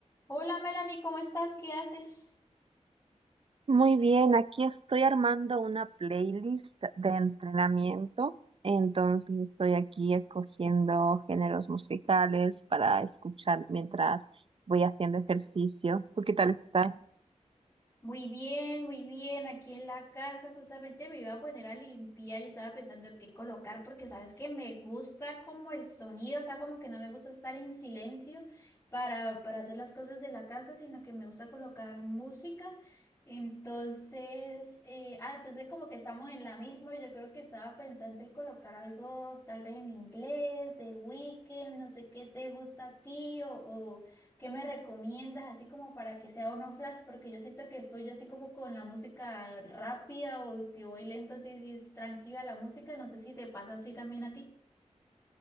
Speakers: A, on the left (about 25°); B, on the right (about 50°).
A: Hola Melanie, ¿cómo estás? ¿Qué haces?
B: Muy bien, aquí estoy armando una playlist de entrenamiento, entonces estoy aquí escogiendo géneros musicales para escuchar mientras voy haciendo ejercicio. ¿Tú qué tal estás?
A: Muy bien, muy bien. Aquí en la casa justamente me iba a poner a limpiar y estaba pensando qué colocar porque sabes que me gusta como el sonido, o sea, como que no me gusta estar en silencio para, para hacer las cosas de la casa, sino que me gusta colocar música. Entonces, eh, ah, entonces como que estamos en la misma. Yo creo que estaba pensando en colocar algo tal vez en inglés, de Weekend, no sé qué te gusta a ti o... o ¿Qué me recomiendas así como para que sea uno flash? Porque yo siento que fluye así como con la música rápida o que voy lento así, si es tranquila la música, no sé si te pasa así también a ti.